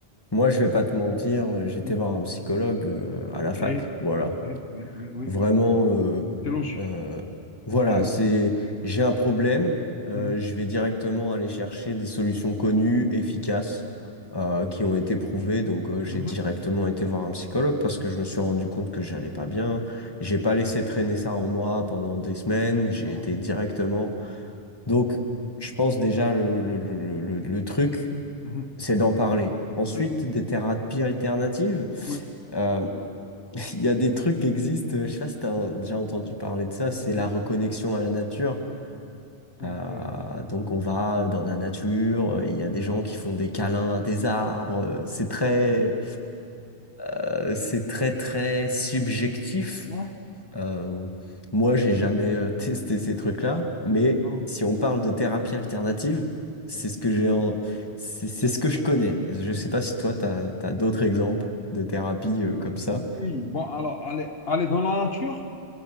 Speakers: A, on the left; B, on the left.
A: Moi, je vais pas te mentir, euh, j'étais
B: Hmm.
A: voir un psychologue euh, à la
B: Ok.
A: fac. Voilà.
B: Oui, oui, oui, oui,
A: Vraiment,
B: oui.
A: euh,
B: C'est logique.
A: euh, voilà,
B: Très logique.
A: c'est, j'ai un problème, euh,
B: Mhm.
A: je vais directement aller chercher des solutions connues, efficaces, euh, qui ont été prouvées. Donc, euh, j'ai
B: Mhm.
A: directement été voir un psychologue parce que je me suis rendu compte que j'allais pas bien. J'ai pas laissé traîner ça en moi pendant des semaines.
B: Ouais.
A: J'ai
B: Voilà.
A: été directement. Donc,
B: Hmm.
A: je pense déjà le, le, le, le, le le truc
B: Mhm.
A: c'est d'en parler. Ensuite,
B: Oui,
A: des thérapies alternatives.
B: oui.
A: Euh, <laughs> il y a des trucs qui existent, je sais pas si tu as déjà entendu parler de ça, c'est
B: Non.
A: la reconnexion à la nature.
B: Ok.
A: Euh, donc on va dans la nature, euh, il y a des gens
B: Ouais.
A: qui font des câlins à des arbres, euh, c'est très, euh, c'est très très subjectif.
B: <laughs>
A: Euh, moi, j'ai jamais euh, <laughs> testé ces trucs-là, mais
B: Hmm. Non.
A: si on parle de thérapie alternative, c'est ce que j'ai en... c'est c'est ce que je connais. Je sais pas si toi, t'as, t'as d'autres exemples de thérapies euh,
B: Oui,
A: comme ça.
B: bon, alors, aller, aller dans la nature,